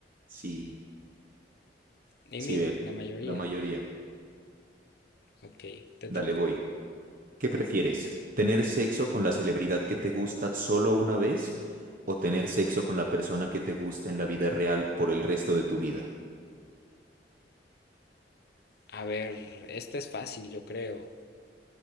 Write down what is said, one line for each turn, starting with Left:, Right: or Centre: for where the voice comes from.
Right: Sí,
Left: Y
Right: sí,
Left: mira,
Right: ve,
Left: la mayoría.
Right: la mayoría.
Left: Ok, te
Right: Dale,
Left: toca.
Right: voy. ¿Qué prefieres? ¿Tener sexo con la celebridad que te gusta solo una vez o tener sexo con la persona que te gusta en la vida real por el resto de tu vida?
Left: A ver, esta es fácil, yo creo.